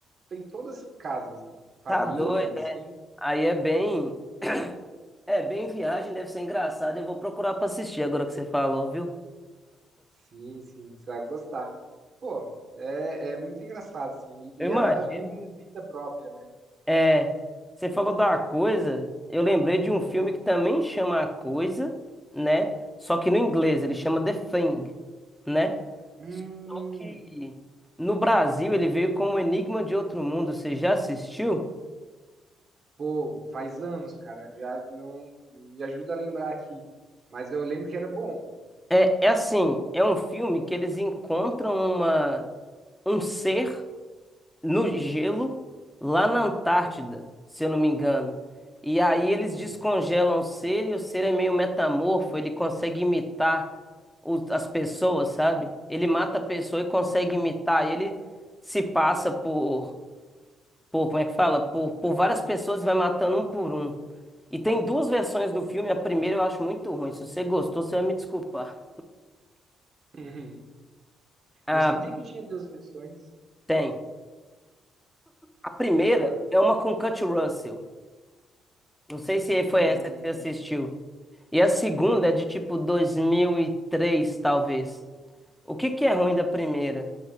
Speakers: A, on the right; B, in the centre.
A: tem todas as casas, famílias,
B: tá doido.
A: assim.
B: Aí é bem. É, bem viagem, deve ser engraçado. Eu vou procurar pra assistir agora que você falou, viu?
A: Sim, sim, você vai gostar. Pô, é, é muito engraçado, assim. E
B: Eu É. imagino.
A: ela tem vida própria, né?
B: É, você falou da coisa. Eu lembrei de um filme que também chama A Coisa, né? Só que no inglês ele chama The Thing, né?
A: Hum,
B: Só que no Brasil ele veio como Enigma de Outro Mundo. Você já assistiu?
A: pô, faz anos, cara. Já não me ajuda a lembrar aqui. Mas eu lembro que era bom.
B: É, é assim, é um filme que eles encontram uma um ser no gelo, lá na Antártida, se eu não me engano. E aí eles
A: Uhum.
B: descongelam o ser e o ser é meio metamorfo, ele consegue imitar o- as pessoas, sabe? Ele mata a pessoa e consegue imitar. E ele se passa por, por como é que fala? Por, por várias pessoas e vai matando um por um. E tem duas versões do filme. A primeira eu acho muito ruim. Se você gostou, você vai me desculpar.
A: Uhum. <laughs>
B: Ah,
A: Não sabia que tinha duas versões.
B: tem. A primeira
A: E agora?
B: é uma com Kurt Russell. Não sei se foi
A: Hum,
B: essa que você assistiu. E a segunda é de tipo 2003, talvez. O que que é ruim da primeira?